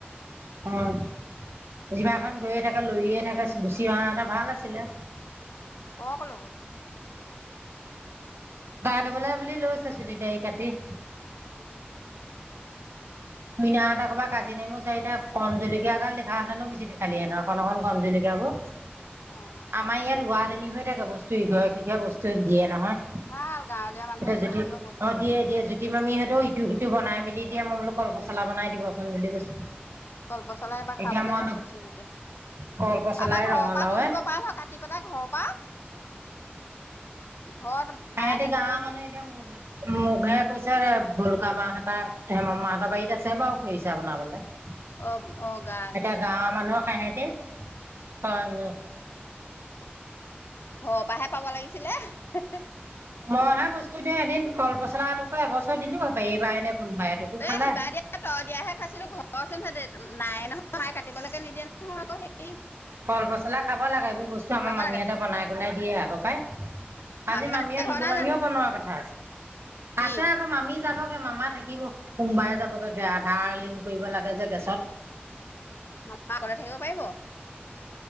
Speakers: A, on the right (about 85°); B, on the left (about 70°).
A: হয়।
B: অ'
A: জিভা খন গৈয়ে থাকে। লৰিয়ে থাকে গুচি অহা হেতেন ভাল আছিলে
B: অ কলৈ গ'ল
A: গা ধুবলৈা বুলি লৈছ চুলি দাৰি কাটি
B: উম,
A: মিনাহঁতৰ ঘৰৰ পৰা কাজি নেমু চাৰিটা কণ জলকীয়া এগাল দেখা হেতেনো বিচ্যুতি খালি হেতেন অকণ অকণ কণ জলকীয়াবোৰ।
B: অ'
A: আমাৰ ইয়াত ৰোৱা ী হৈ থাকে বস্তু ইঘৰ সিঘৰে বস্তু দিয়ে নহয়
B: ভাল গাঁৱলীয়া মানুহে
A: এতিয়া
B: ইঘৰে
A: জুতি
B: সিঘৰে বস্তু
A: অ
B: থাকে।
A: দিয়ে দিয়ে জুতি মামিহঁতে।। ৰুটি বনাই মেলি দিয়ে মোক আৰু।। কল পচলা বনাই দিবচোন বুলি কৈছো
B: কলপচলা এইবাৰ খাবলে
A: এতিয়া মই
B: নহ'লচোন এতিয়া
A: কল পচলাই
B: আমাৰ ঘৰৰ
A: ৰঙালাওে
B: পৰাো দিব পাৰে নহয় কাটি পেলাই ঘৰৰ পৰা ঘৰত
A: সহতি
B: মায়ে কাটিবই
A: গাঁৱৰ মানুহ
B: নিদিয়ে।
A: এতিয়া ম মু ঘে কৈ পিছে ভলুকা বাঁহ কেইটা মান মাহঁতৰ বাৰীত আছে বাৰু খৰিছা বনাবলৈ। এতিয়া
B: অ' অ' গাজ অ'
A: গাঁৱৰ মানুহ খেহেত। কে অ ন
B: ঘৰৰ পৰাহে পাব লাগিছিলে। উ <inaudible>
A: মইহে বস্তুটো এদিন ফল পচলাটকো এবছৰ দিলো এইবাৰ এনে কোনোবা এটুকু
B: এ
A: খালে
B: সিবা দিয়া তই দিয়াহে খাইছিলো ঘৰত হোননহতে নাই নহয় মাই কাটিবলৈকে নিদিয়ে নহয়। আকৌ হেৰি
A: কল পচলা খাব লাগে ।এইবোৰ
B: বেয়া
A: বস্তু আমাৰ
B: খাব
A: মামীহঁতে
B: লাগে
A: বনাই কনাই দিয়ে আকৌ পাই
B: মামীহঁত
A: ।আজি মামীয়ে
B: এতিয়া
A: লোলো
B: ঘৰত নাই
A: মামীয়েও
B: জানো?
A: বনোৱাৰ কথা আছে।
B: কি?
A: আছে আকৌ মামি যাব এ মামা থাকিব সোমবাৰে যাবগে আধাৰ লিংক কৰিব লাগে যে গেছত
B: মামা অকলে থাকিব পাৰিব